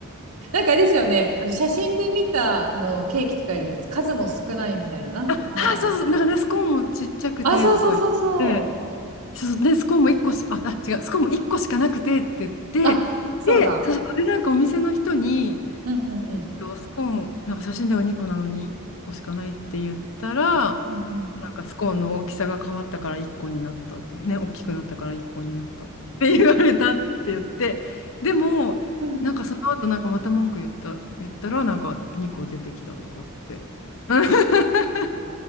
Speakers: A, on the right; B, on the left.
A: なんかあれですよね、あの写真で見たあのケーキとかよりも数も少ないみたいな、なんか、
B: あ、そうそう。なんかね、スコーンもちっちゃくてとか言
A: あ、そうそうそうそう、
B: って。そう、で、スコーンも1個し、あ、あ違う、スコーンも1個しかなくてって言って、
A: あ、そうだ、
B: で、そうそうで、なんかお店の人に、
A: うんうんうん、
B: どスコーン、なんか写真では2個なのに1個しかないって言ったら、
A: うんう
B: なんかスコーンの大きさが変わったから1個になったって、ね、大きくなったから1個になったって言われたって言って、でも、
A: ん、うん
B: なんかその後なんかまた文句言った、言ったら、なんか2個出てきたとかって。<laughs>